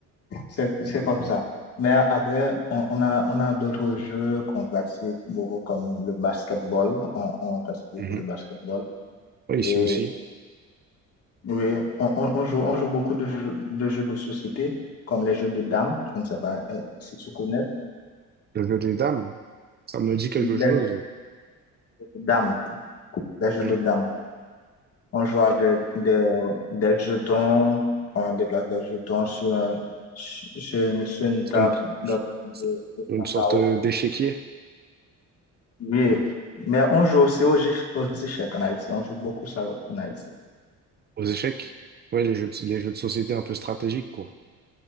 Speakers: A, on the left; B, on the right.
A: C'est, c'est comme ça. Mais après, on, on a, on a d'autres jeux qu'on pratique beaucoup, comme le basketball. On, on pratique beaucoup
B: Mhm.
A: le basketball.
B: Oui, ici
A: Et,
B: aussi.
A: oui, on, on- on joue, on joue beaucoup de jeux, de jeux de société, comme les jeux de dames. Je ne sais pas euh, si tu connais.
B: Le jeu des dames, ça me dit quelque
A: Les
B: chose.
A: jeux de dames. Les jeux
B: Hmm.
A: de dames. On joue avec des, des jetons. On déplace des jetons sur, un- sur, sur une sur une
B: C'est
A: table
B: une,
A: dans-
B: c'est
A: de, de,
B: une
A: un
B: sorte
A: carreau.
B: d'échiquier
A: Oui, mais on joue aussi aux, éche- aux échecs en Haïti. On joue beaucoup ça en Haïti.
B: aux échecs. Ouais, les jeux de, les jeux de société un peu stratégiques, quoi.